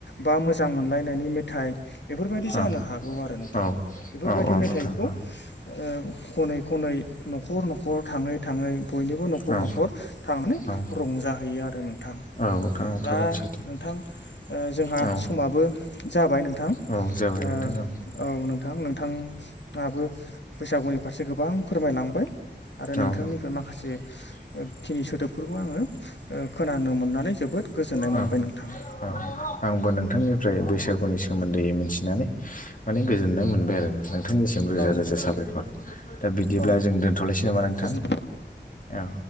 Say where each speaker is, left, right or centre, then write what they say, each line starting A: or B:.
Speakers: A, on the left; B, on the left.
A: बा मोजां मोनलायनायनि मेथाइ बेफोरबायदि
B: औ
A: जानो हाग हागौ आरो नोंथां
B: औ
A: बेफोरबायदि
B: औ औ
A: मेथाइखौ
B: नोंथां औ
A: ओ खनै खनै न'खर न'खर थाङै थाङै बयनिबो न'खर
B: औ
A: न'खर थां नानै
B: औ
A: रंजाहैयो आरो नोंथां।
B: औ नोंथां औ थारैनो
A: दा
B: सैथो
A: नोंथां ओ जोंहा
B: औ
A: समाबो जाबाय नोंथां।
B: औ जाबाय
A: ओ
B: नोंथां औ।
A: औ नोंथां नोंथाङाबो बैसागुनि फारसे गोबां फोरमायलांबाय। आरो
B: औ
A: नोंथांनिफ्राय माखासे
B: <inaudible>
A: ओ खिनि सोदोबफोरखौ आङो ओ खोनानो मोननानै जोबोद गोजोननाय
B: औ
A: मोनबाय नोंथां।
B: <inaudible> आंबो नोंथांनिफ्राय बैसागुनि सोमोन्दै मिनथिनानै माने गोजोननाय मोनबाय आरो। नोंथांनिसिम रोजा
A: औ
B: रोजा
A: नोंथां
B: साबायखर। दा बिदिब्ला
A: औ
B: जों दोन्थ'लायसै नामा नोंथां?
A: गोजोन
B: औ